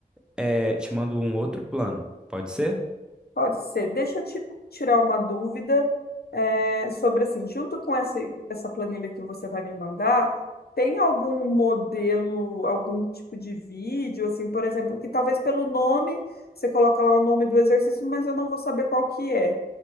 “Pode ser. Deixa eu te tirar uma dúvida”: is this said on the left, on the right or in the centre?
Left